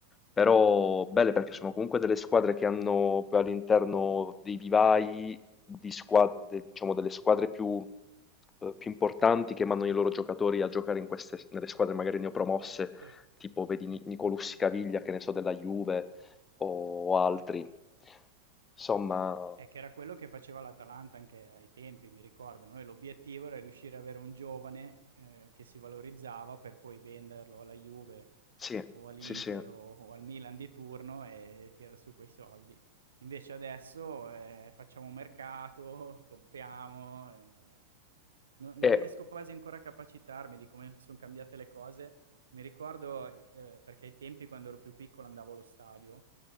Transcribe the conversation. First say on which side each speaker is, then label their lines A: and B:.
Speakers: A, on the left; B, on the right.
A: Però belle perché sono comunque delle squadre che hanno poi all'interno dei vivai di squa- de- diciamo, delle squadre più, eh, più importanti che mandano i loro giocatori a giocare in queste, nelle squadre magari neopromosse,
B: Sì,
A: tipo vedi Ni- Nicolussi Caviglia, che ne so, della Juve o altri.
B: sì.
A: Insomma,
B: Eh, che era quello che faceva l'Atalanta anche ai tempi, mi ricordo. Noi l'obiettivo era riuscire a avere un giovane, ehm, che si valorizzava per poi venderlo alla Juve.
A: sì,
B: o all'Inter
A: sì, sì.
B: o o al Milan di turno e e tirar su quei soldi. Invece adesso, ehm, facciamo mercato, <laughs> compriamo, ehm, cioè no non
A: E,
B: riesco quasi ancora a capacitarmi di come son cambiate le cose. Mi ricordo i ehm, perché ai tempi quando ero più piccolo andavo allo stadio,